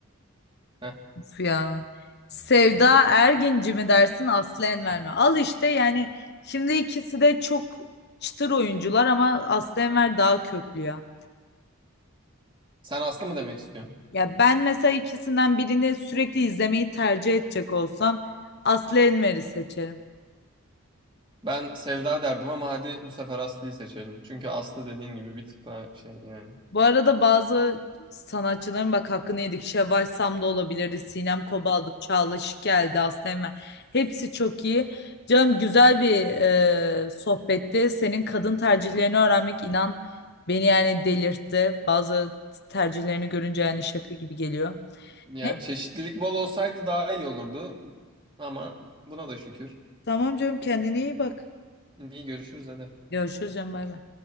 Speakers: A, on the right; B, on the left.
A: Heh.
B: Of ya. Sevda Erginci mi dersin Aslı Enver mi? Al işte yani şimdi ikisi de çok çıtır oyuncular ama Aslı Enver daha köklü ya.
A: Sen Aslı mı demek istiyorsun?
B: Ya ben mesela ikisinden birini sürekli izlemeyi tercih edecek olsam Aslı Enver'i seçerim.
A: Ben Sevda derdim ama hadi bu sefer Aslı'yı seçelim. Çünkü Aslı dediğin gibi bir tık daha şey yani.
B: Bu arada bazı sanatçıların bak hakkını yedik. Şevval Sam da olabilirdi. Sinem Kobal'dı. Çağla Şık geldi. Aslı Enver. Hepsi çok iyi. Canım güzel bir e, sohbetti. Senin kadın tercihlerini öğrenmek inan beni yani delirtti. Bazı tercihlerini görünce yani şaka gibi geliyor.
A: Yani
B: Ne?
A: çeşitlilik bol olsaydı daha iyi olurdu. Ama buna da şükür.
B: Tamam canım kendine iyi bak.
A: İyi görüşürüz hadi.
B: Görüşürüz canım bay bay.